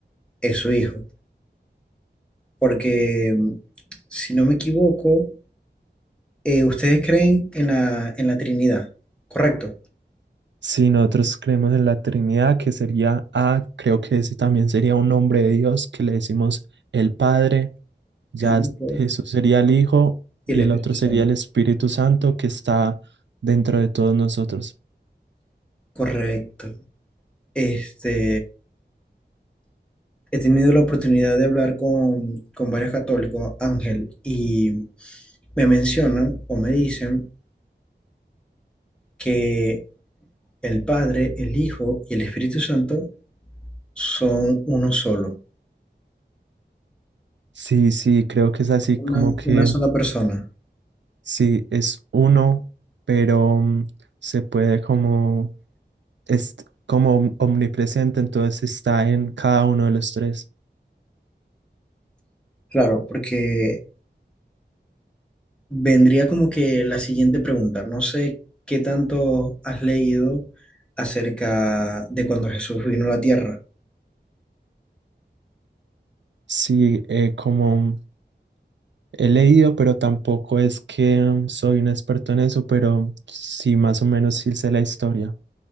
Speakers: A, in the centre; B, on the right (about 80°).
A: es su Hijo. Porque, mm, si no me equivoco, eh, ustedes creen en la, en la Trinidad, ¿correcto?
B: Si nosotros creemos en la Trinidad, que sería A, creo que ese también sería un nombre de Dios, que le decimos el Padre, ya
A: El Hijo
B: es- Jesús sería el Hijo
A: y
B: y
A: el Espíritu
B: el otro sería
A: Santo.
B: el Espíritu Santo que está dentro de todos nosotros.
A: Correcto. Este, he tenido la oportunidad de hablar con, con varios católicos, Ángel, y me mencionan o me dicen que el Padre, el Hijo y el Espíritu Santo son uno solo,
B: Sí, sí, creo que es así
A: una,
B: como que
A: una sola persona.
B: sí, es uno, pero mm, se puede como, es como om- omnipresente, entonces está en cada uno de los tres.
A: Claro, porque vendría como que la siguiente pregunta. No sé qué tanto has leído acerca de cuando Jesús vino a la tierra.
B: Sí, eh, como... He leído, pero tampoco es que mm, soy un experto en eso, pero sí, más o menos sí sé la historia.